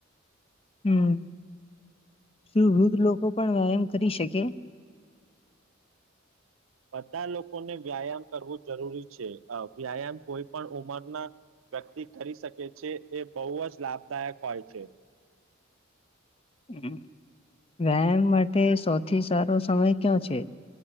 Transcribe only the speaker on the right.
બધા લોકોને વ્યાયામ કરવું જરૂરી છે અ વ્યાયામ કોઈ પણ ઉંમરના વ્યક્તિ કરી શકે છે એ બવ જ લાભદાયક હોય છે.